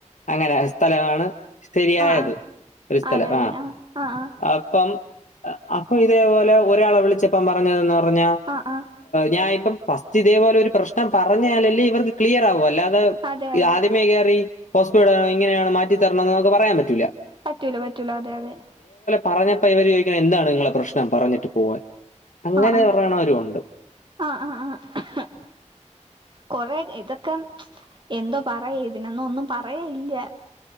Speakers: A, on the left; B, on the right.
A: അങ്ങനെ സ്ഥലവാണ് ശെരിയായത്
B: ആഹ്
A: ഒരു സ്ഥലം
B: അതെ അതെ
A: ആഹ്
B: ആഹ് ആഹ്
A: അപ്പം അപ്പോ ഇതേപോലെ ഒരാളെ വിളിച്ചപ്പാ പറഞ്ഞതെന്ന് പറഞ്ഞ
B: ആഹ് ആഹ്
A: ഞാ ഇപ്പം ഫസ്റ്റ് ഇതേപോലെ ഒരു പ്രശ്നം പറഞ്ഞാലല്ലേ ഇവർക്ക് ക്ലിയർ ആകു അല്ലാതെ
B: അതെ അതെ
A: ആദ്യമേ കേറി പോസ്സ്പ്പെടാണ് ഇങ്ങനെയാണ് മാറ്റിത്തരണം ന്നൊന്നും പറയാൻ പറ്റൂല്ല
B: പറ്റൂല പറ്റൂല അതെ അതെ
A: പറഞ്ഞപ്പ ഇവര് ചോദിക്കണ് എന്താണ് നിങ്ങളെ പ്രശ്നം പറഞ്ഞിട്ട് പോവാൻ അങ്ങനെ
B: ആഹ്‌ ആഹ്‌
A: പറയണവരും ഉണ്ട്
B: ആഹ്‌ ആഹ്‌ ആഹ്‌ കൊറെ ഇതൊക്കെ എന്തോ പറയാ ഇതിനൊന്നു എന്നും പറയാ ഇല്ല